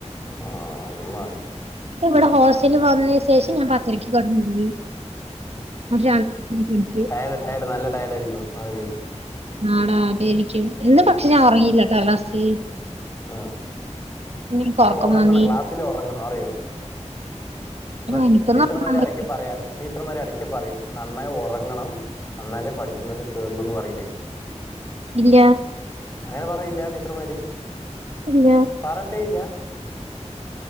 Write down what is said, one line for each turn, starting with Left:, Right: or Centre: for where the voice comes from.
Left: ആ നന്നായി
Right: ഇവിടെ ഹോസ്റ്റലിൽ വന്ന ശേഷം ഞാൻ പത്തരക്ക് കിടന്ന പോയി <unintelligible>
Left: ടൈഡ് നല്ല ടൈഡായിരിക്കും അതായിരിക്കും
Right: ആടാ അതേരിക്കും ഇന്ന് പക്ഷെ ഞാൻ ഉറങ്ങിയില്ലട്ടാ ക്ലാസ്സിൽ
Left: ഉം.
Right: ഇന്ന് ഇൻകാ
Left: പക്ഷെ
Right: കൊറക്കമാ നീ
Left: <unintelligible> ഉറങ്ങണം അറിയോ പ്രഷ്
Right: എനിക്കൊന്നും
Left: ടീച്ചർമാര്
Right: ഉറങ്ങാൻ
Left: ഇടയ്ക്ക്
Right: പറ്റി
Left: പറയാത് ടീച്ചർമാര് ഇടയ്ക്ക് പറയും നന്നായി ഉറങ്ങണം എന്നാലേ പഠിക്കുന്നതൊക്കെ കേറുള്ളൂന്ന് പറയിലേ
Right: ഇല്ല
Left: അങ്ങനെ പറയില്ല ടീച്ചർമാര്
Right: ഇല്ല
Left: പറഞ്ഞിട്ടേ ഇല്ല